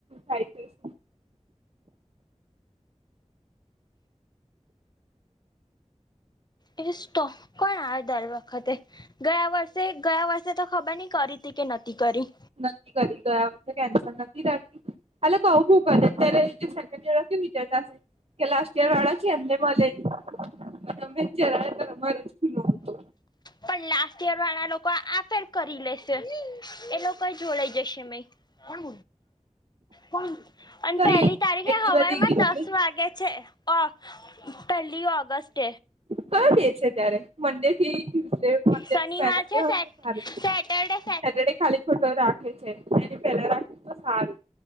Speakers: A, on the right (about 55°); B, on the left (about 35°).
A: થ
B: એટ સ્ટોક કોણ આવે દર વખતે ગયા વર્ષે ગયા વર્ષે તો ખબર નઈ કરી હતી કે નથી કરી
A: નથી કરી ગયા હશે કેન્સલ નથી થતી અલે કઉુંક અત્યારે જે સેકન્ડ ઇયર વા વિચારતા હશે કે લાસ્ટ ઈયર વાળા એમને મળેલી અને અમે જરા અમારો જ ગુનો હતો
B: પણ લાસ્ટ યર વાળા લોકો આ ફેર કરી લેશે એ લોકો જોડાઈ જશે મે કોણ કોણ અને
A: તો
B: પહેલી તારીખે
A: એટલી
B: હવાર
A: બધી
B: માં
A: કેટલી
B: દસ વાગે છે ઓ પહેલી ઓગસ્ટ
A: કરી દે છે ત્યારે મંડે થી ટ્યુઝડે મંદિર
B: શનિવાર
A: વનસ
B: છે સેટ
A: ડે સારું
B: સેટરડે
A: સેટરડે ખાલી છોટો રાખ એ પેલા રાખી તો સારું